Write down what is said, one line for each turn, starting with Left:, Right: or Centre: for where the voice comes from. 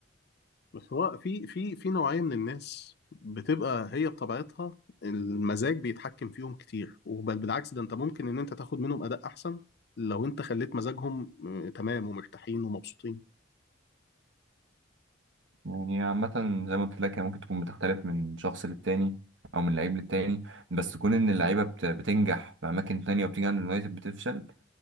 Left: بس هو في في في نوعية من الناس بتبقى هي بطبيعتها المزاج بيتحكم فيهم كتير وبل بالعكس ده انت ممكن ان انت تاخد منهم اداء احسن لو انت خليت مزاجهم آه، تمام ومرتاحين ومبسوطين
Right: يعني عامة زي ما قلت لك هي ممكن تكون بتختلف من شخص للتاني أو من لعيب للتاني بس كون إن اللعيبة بت- بتنجح في أماكن تانية وبتيجي عند اليونايتد بتفشل